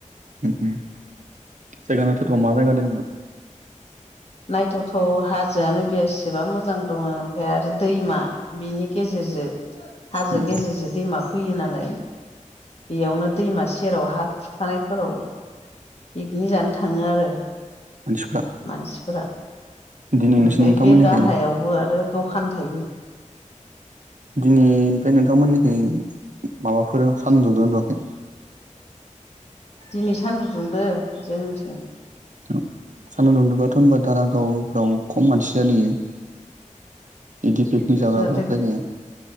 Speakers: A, on the right; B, on the left.
A: उम उम जायगा नायथावथाव मा जायगा दों इयाव?
B: नायथावथ' हाजोआनो बेसेबा मोजां दङ ओमफफ्राय आरो दैमा बिनि गेजेरजों हाजो
A: उम
B: गेजेरजों दैमा फैयो नालाय। बेयावनो दैमा सेराव हा खुरखानायफोराव पिकनिक जानो थांङो आरो
A: मानसिफ्रा
B: मानसिफोरा।
A: दिनै
B: ओमफ्राय
A: नोंसोर नोंथांमोननिखै
B: बे गाहायावबो आरो दखान थायो।
A: दिनै ओमफ्राय नोंथांमोननिखै माबाफोर सानदुं दुंदोंना दुङाखै?
B: दिनै सान्दुं दुंदों जोंथिं।
A: नामा? सानदुं बुंदोंब्लाबाथ' ओमबा दारागावफ्राव खम मानसि जादों बियो? बिदि पिकनिक जाग्राफोर
B: जादो
A: फैदों?